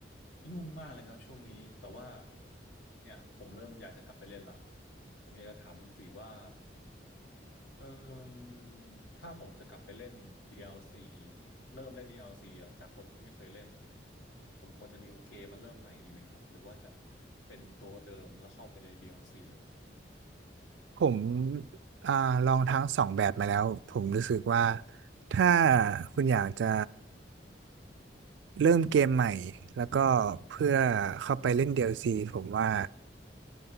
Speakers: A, on the left; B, on the right.
A: ยุ่งมากเลยครับช่วงนี้แต่ว่าเนี่ยผมเริ่มอยากจะกลับไปเล่นละผมอยากจะถามคุณตีว่าเออถ้าผมจะกลับไปเล่น DLC เริ่มเล่น DLC จากคนที่ไม่เคยเล่นผมควรจะ n e ว game มมาเริ่มใหม่ดีไหมครับหรือว่าจะเป็นตัวเดิมแล้วเข้าไปใน DLC เลย
B: ผมอ่าลองทั้งสองแบบมาแล้วผมรู้สึกว่าถ้าคุณอยากจะเริ่มเกมใหม่แล้วก็เพื่อเข้าไปเล่น DLC ผมว่า